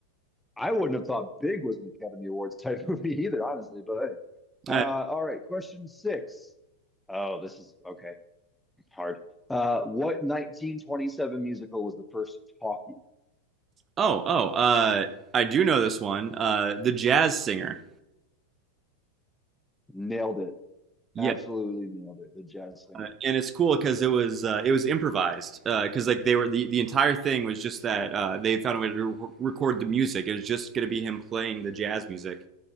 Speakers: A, in the centre; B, on the right.
A: I wouldn't have thought Big was an Academy Awards type <laughs> movie either, honestly. But hey. Uh,
B: Uh,
A: all right, question six. Oh, this is okay. Hard. Uh, what 1927 musical was the first talkie?
B: oh, oh, uh, I do know this one. Uh, the Jazz Singer.
A: Nailed it.
B: Yeah,
A: Absolutely nailed it. The Jazz Singer.
B: uh, and it's cool because it was uh, it was improvised because like they were the, the entire thing was just that uh, they found a way to re- record the music. It was just going to be him playing the jazz music,